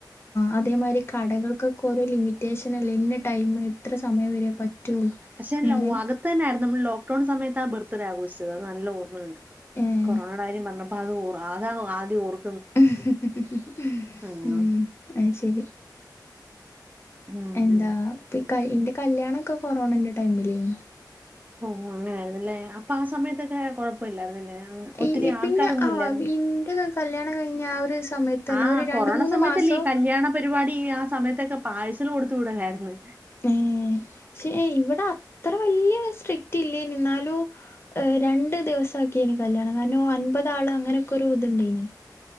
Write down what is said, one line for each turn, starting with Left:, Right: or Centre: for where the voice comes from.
Left: അതേമാരി കടകൾക്കൊക്കെ ഓരോ ലിമിറ്റേഷനല്ലേ ഇന്ന ടൈം ഇത്ര സമയം വരേ പറ്റുള്ളൂ.
Right: പക്ഷേ
Left: ഉം
Right: വകത്ത് തന്നായിരുന്നു. നമ്മളോ ലോക്ക്ടോൺ സമയത്താ ബർത്ത്ഡ ആഘോഷിച്ചത്. അത് നല്ല ഓർമ്മയുണ്ട്
Left: ഏഹ്
Right: കൊറോണയുടെ കാര്യം പറഞ്ഞപ്പോ അത് ഓർ അതാ ആദ്യം ഓർമ
Left: ഹ്
Right: ആഹ്
Left: ഉം അയിശെരി.
Right: ഉം
Left: എന്താപോ ഇന്റെ കല്യാണൊക്കെ കൊറോണന്റെ ടൈമിലെന്നു.
Right: ഓ അങ്ങനൊയിരുന്നല്ലേ? അപ്പൊ ആ സമയത്തൊക്കെ കൊഴപ്പല്ലായിരുന്നില്ലേ? ഒത്തിരി
Left: ഈ ഈ
Right: ആൾക്കാരൊന്നും
Left: പിന്നെ ആ
Right: ഇല്ലായിന്നലേ?
Left: ഇന്റെ കല്യാണം കഴിഞ്ഞ ആ ഒരു സമയത്ത് തന്നെ
Right: ആഹ
Left: ഒരു
Right: കൊറോണ
Left: രണ്ട് മൂന്ന്
Right: സമയത്തല്ലേ
Left: മാസം
Right: ഈ കല്യാണ പരിപാടി ആ സമയത്തൊക്കെ പാഴ്സൽ കൊടുത്ത വിടലായിരുന്ന്.
Left: ഏഹ് പക്ഷേ ഇവിടെ അത്ര വല്യ സ്ട്രിക്റ്റ് ഇല്ലേന്നു ന്നാലും രണ്ടു ദിവസാക്കേനി കല്യാണം കാരണം അൻപത് ആള് അങ്ങനെയൊക്കെ ഒരു ഇതുണ്ടേനി.